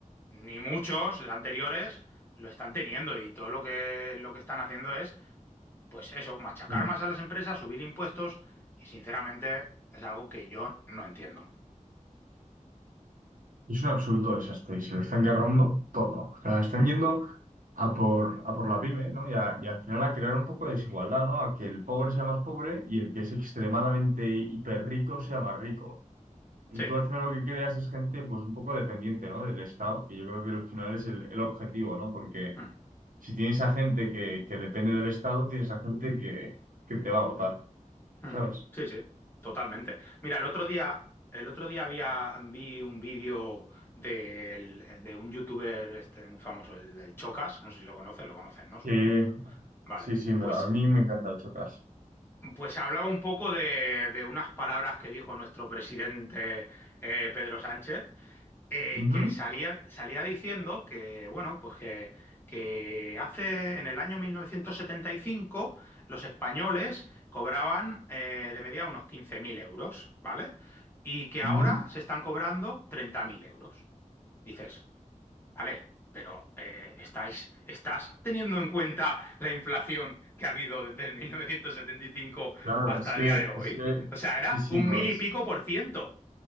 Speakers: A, on the left; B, on the right.
A: ni muchos anteriores lo están teniendo y todo lo que, lo que están haciendo es, pues eso, machacar
B: Ujú.
A: más a las empresas, subir impuestos y sinceramente es algo que yo no entiendo.
B: Es un absoluto desastre y se lo están cargando todo. O sea, están yendo a por, a por la pyme, ¿no? Y, a- y al final a crear un poco de desigualdad, ¿no? A que el pobre sea más pobre y el que es extremadamente hiperrico sea más rico. Y
A: Sí,
B: tú al final lo que creas es gente, pues un poco dependiente, ¿no? Del Estado, que yo creo que al final es el, el objetivo, ¿no? Porque
A: Mm.
B: si tienes a gente que, que depende del Estado, tienes a gente que, que te va a votar,
A: Ujú.
B: ¿sabes?
A: sí, sí, totalmente. Mira, el otro día, el otro día había, vi un vídeo del- de un youtuber este, muy famoso, el, el Chocas, no sé si lo conocen, lo conocen, ¿no? Supongo.
B: Sí,
A: Vale,
B: sí, sí, me-
A: pues
B: a mí me encanta el chocas.
A: Pues hablaba un poco de, de unas palabras que dijo nuestro presidente eh, Pedro Sánchez, eh,
B: Ujú,
A: que salía, salía diciendo que, bueno, pues que, que hace en el año 1975 los españoles cobraban eh, de media unos 15.000 euros, ¿vale? Y que
B: ujú.
A: ahora se están cobrando 30.000 euros. Dices, Vale, pero eh, estáis, ¿estás teniendo en cuenta la inflación que ha habido desde el 1975
B: Claro,
A: hasta
B: es que,
A: el día de hoy?
B: es que,
A: O sea,
B: sí,
A: era
B: sí,
A: un
B: no
A: mil
B: es.
A: y pico por ciento.